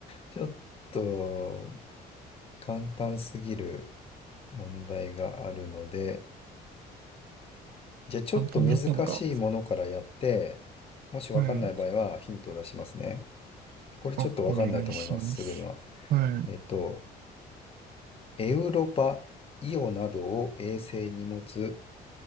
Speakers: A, on the left (about 35°); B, on the right (about 65°).
A: ちょっと簡単すぎる問題があるので、じゃあちょっと難しいものからやって、
B: 簡単な方が。
A: もしわかんない場合はヒントを出しますね。
B: はい。
A: これちょっとわかんないと思います、
B: あ、お願いします。
A: すぐには。
B: はい。
A: えっと、エウロパ、イオなどを衛星に持つ